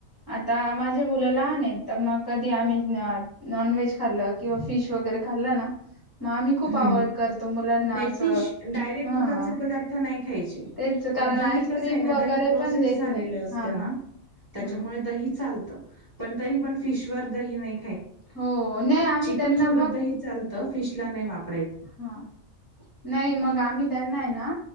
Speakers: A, on the left (about 25°); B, on the right (about 15°).
A: आता माझ्या मुलाला आहे तर मग कधी आम्ही नॉन व्हेज खाल्ल किंवा फिश वगैरे खाल्ला ना मग आम्ही खूप
B: हम्म
A: अवॉइड करतो मुलांना
B: नाही.
A: असं
B: फिश डायरेक्ट
A: हा
B: दुधाचे पदार्थ नाही
A: तेच कारण
B: पण दही
A: आईस्क्रीम
B: कस आहे ना
A: वगैरे
B: दही प्रोसेस
A: पण देत
B: झालेलं
A: नाही
B: असत
A: हा
B: ना.
A: हा
B: त्याच्यामुळे
A: हम्म
B: दही चालत पण तरी पण फिशवर दही नाही
A: हो नाही आम्ही
B: चिकन
A: त्यांना
B: सोबत
A: मग
B: द चालत फिश ला नाही वापर
A: हा नाही मग आम्ही त्यांना आहे ना